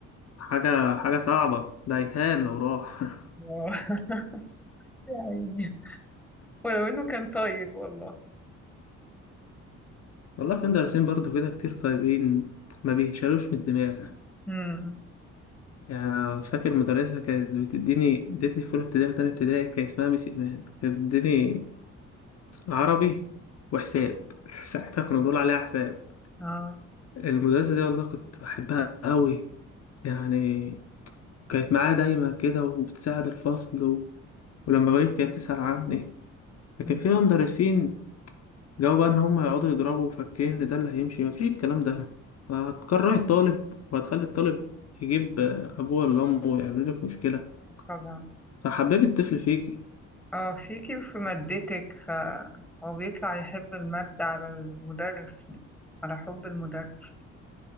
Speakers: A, on the left; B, in the centre.
A: حاجة حاجة صعبة ده يتهان لو راح <laughs>
B: آه. <laughs> يا عيني ولو انه كان طيب والله
A: والله في مدرسين برضه كده كتير طيبين ما بيتشالوش من الدماغ
B: امم
A: يعني فاكر مدرسة كانت بتديني ادتني في أولى ابتدائي وتانية ابتدائي كان اسمها ميس إيمان كانت بتديني عربي وحساب <laughs> ساعتها كنا بنقول عليها حساب
B: اه
A: المدرسة دي والله كنت بحبها قوي يعني كانت معايا دايما كده وبتساعد الفصل و... ولما بغيب كانت بتسأل عني لكن
B: مم.
A: في بقى مدرسين جو بقى ان هم يقعدوا يضربوا فاكرين ان ده اللي هيمشي مفيش الكلام ده هتكره الطالب وهتخلي الطالب يجيب آه، ابوه ولا امه ويعمل لك مشكله
B: طبعا
A: فحببي الطفل فيكي
B: اه فيكي وفي مادتك فهو بيطلع يحب المادة على المدرس يعني على حب المدرس